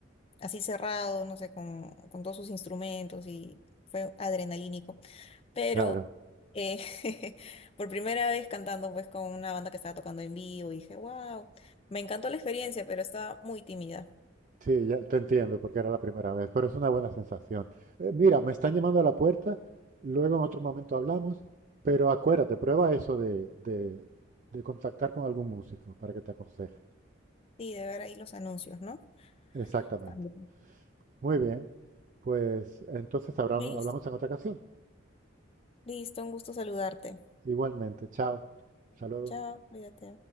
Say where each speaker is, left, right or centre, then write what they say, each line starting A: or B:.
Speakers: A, on the left; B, on the right.
A: así cerrado, no sé, con, con todos sus instrumentos y fue adrenalínico. Pero
B: claro.
A: eh, <laughs> por primera vez cantando pues con una banda que estaba tocando en vivo, y dije, wow, me encantó la experiencia, pero estaba muy tímida.
B: Sí, ya te entiendo, porque era la primera vez, pero es una buena sensación. Eh, mira, me están llamando a la puerta, luego en otro momento hablamos, pero acuérdate, prueba eso de, de- de contactar con algún músico para que te aconseje.
A: Sí, de ver ahí los anuncios, ¿no?
B: Exactamente.
A: También.
B: Muy bien, pues entonces hablamos,
A: Listo,
B: hablamos en otra ocasión.
A: listo, un gusto saludarte.
B: Igualmente, chao. Hasta luego.
A: Chao, cuídate.